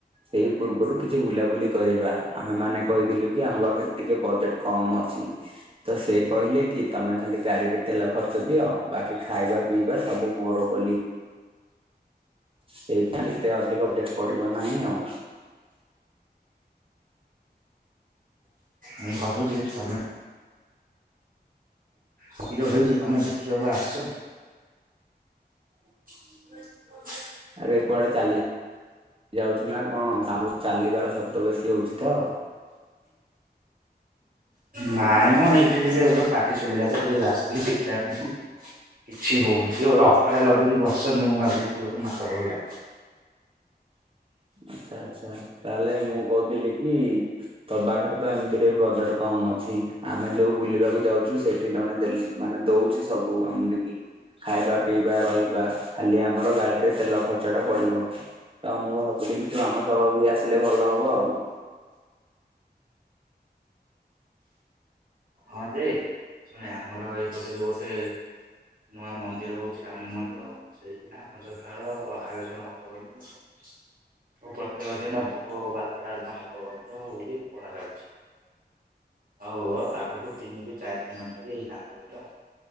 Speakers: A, on the right; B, on the right.
A: ସେଇ ପୂର୍ବରୁ କିଛି ବୁଲାବୁଲି କରିବା ଆମେ ମାନେ କହିଥିଲୁ କି ଆମ ପାଖରେ ଟିକେ ବଜେଟ କମ ଅଛି।
B: ହଁ
A: ତ ସେ କହିଲେ କି ତମେ ଖାଲି ଗାଡିରେ ତେଲ ଖର୍ଚ୍ଚ ଦିଅ ବାକି ଖାଇବା ପିଇବା ସବୁ ମୋର ବୋଲି। ସେଇଥିପାଇଁ ଯେତେ ଅଧିକ ବଜେଟ ପଡିବ ନାହିଁ ଆଉ।
B: ମୁଁ ଭାବୁଛି ତମେ ଭୀର ହେଇକି ତମେ ଦେଖିବାକୁ ଆ ହ
A: ଆରେ କୁଆଡେ ଚାଲି ଯାଉଛୁ ନା କଣ? ଆ ଚାଲିବାର ଶବ୍ଦ ବେଶୀ ହଉଛି ତ
B: ନାଇ ମ ହେଇଠି ଟିକେ ଗୋଟେ ପାଟି ସୁୁବିଲା ତ ଟିକେ ଆସିଥିଲି ଶିଖିବା ପାଇଁ। କିଛି ହଉନି କି ଗୋଟେ ଅପେରା ଲଗେଇକି ବସିଛନ୍ତି ମୁଁ ଭାବିଲି କିଏ ଗୋଟେ ମାଡ଼ ଗୋଳ ଲାଗ
A: ଆଛା ଆଚ୍ଛା। ତାହେଲେ ମୁଁ କହୁଥିଲି କି ତୋ ପାଖରେ ତ ଏମିତିରେ ବଜେଟ କମ ଅଛି ଆମେ ଯୋଉ ବୁଲିବାକୁ ଯାଉଛୁ ସେଠି ଜଣେ ଦେଲେ-ମାନେ ଦଉଛି ସବୁ ଆମ ଟିକି ଖାଇବା ପିଇବା ରହିବା। ଖାଲି ଆମର ଗାଡିରେ ତେଲ ଖର୍ଚ ଗଛଟା ପଡିବ। ତ ମୁଁ ଭାବୁଥିଲ କି ତୁ ଆମ ସହ ବି ଆସିଲେ ଭଲ ହବ ଆଉ।
B: ହଁ ଯେ ଶୁଣେ ଆମର ଏଇ ପଟେ ଯେ ଗୋଟେ ନୂଆ ମନ୍ଦିର ହଉଛି। ରାମ ମନ୍ଦିର ସେଇଥି ଆମ ଚତାଳ ଆୟୋଜନ ହବ ବୋଲି ମୁ ପ୍ରତ୍ୟେକ ଦିନ ଭୋକ ବା ଭାତ ଡାଲମା ହବ ମଧ୍ୟ ବୋଲି କୁହାଯାଉଛି। ଆଉ ବୁଟ ଦିନିକୁ ଚାରି ଦିନ ଧରିି ଏଇ ରାମ ଯଜ୍ଞ ହବ।